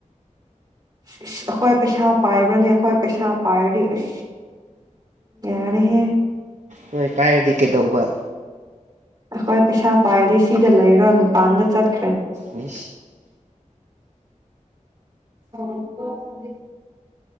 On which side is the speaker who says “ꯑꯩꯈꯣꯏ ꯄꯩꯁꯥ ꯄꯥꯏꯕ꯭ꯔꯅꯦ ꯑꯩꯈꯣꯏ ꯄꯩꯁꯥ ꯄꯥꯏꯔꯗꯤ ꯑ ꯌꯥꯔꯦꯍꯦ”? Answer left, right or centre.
Right